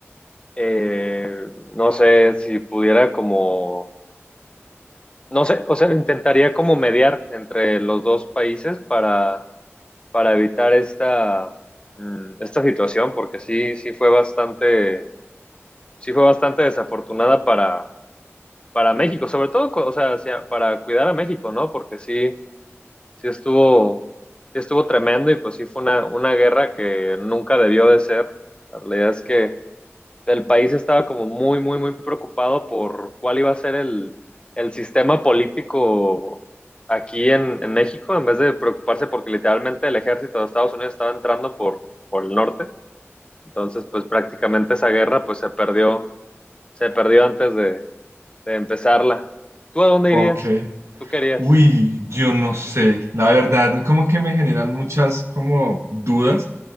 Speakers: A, on the left (about 20°); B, on the right (about 80°).
A: eh, no sé si pudiera como, no sé, o sea, intentaría como mediar entre los dos países para, para evitar esta, mm, esta situación, porque sí, sí fue bastante sí fue bastante desafortunada para, para México, sobre todo, co- o sea, hacia- para cuidar a México, ¿no? Porque sí, sí estuvo, sí estuvo tremendo y pues sí fue una, una guerra que nunca debió de ser. La realidad es que el país estaba como muy, muy, muy preocupado por cuál iba a ser el, el sistema político aquí en, en México, en vez de preocuparse porque literalmente el ejército de Estados Unidos estaba entrando por, por el norte. Entonces, pues prácticamente esa guerra pues se perdió, se perdió antes de, de empezarla. ¿Tú a dónde
B: Ok.
A: irías? ¿Tú querías?
B: Uy, yo no sé, la verdad, como que me generan muchas como dudas,